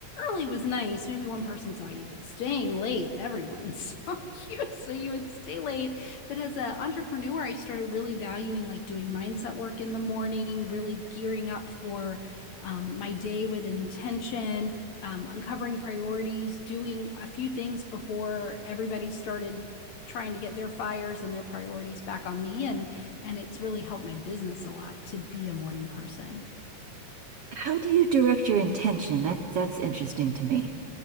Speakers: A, on the left; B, on the right.
A: early was nice. Maybe one person saw you, but staying late, everyone <laughs> saw you. So you would stay late but as an entrepreneur, I started really valuing like doing mindset work in the morning, really gearing up for um, my day with intention, um, uncovering priorities, doing a few things before everybody started trying to get their fires and their priorities back on me. And and it's really helped my business a lot to be a morning person.
B: How do you direct your intention? That's that's interesting to me.